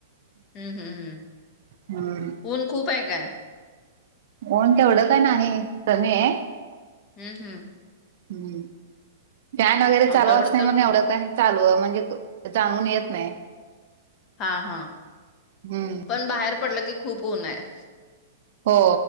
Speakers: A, on the left; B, on the right.
A: हम्म हम्म हम्म..
B: हम्म.
A: ऊन खूप हाय काय?
B: ऊन तेवड काय नाही. कमी हाय.
A: हम्म हम्..
B: हम्म.. फॅन वगेरे
A: आमच्याकडे
B: चालू असतय
A: तर
B: मग येवढ काय चालूय म्हणजे जाणवून येत नाई.
A: हा हा..
B: हम्म.
A: पण बाहेर पडलं की खूप ऊन हाय.
B: हो..